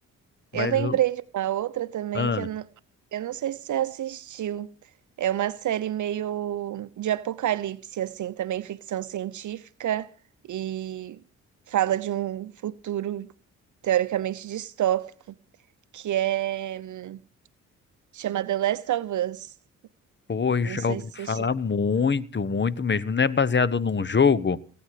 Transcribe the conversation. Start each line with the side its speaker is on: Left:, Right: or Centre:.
Left: Mas
Right: Eu lembrei
Left: eu,
Right: de uma outra também
Left: ah,
Right: que eu não, eu não sei se você assistiu. É uma série meio de apocalipse, assim, também ficção científica e fala de um futuro teoricamente distópico, que é chama The Last of Us.
Left: pô, eu
Right: Não
Left: já
Right: sei
Left: ouvi
Right: se
Left: falar
Right: você...
Left: muito, muito mesmo. Não é baseado num jogo?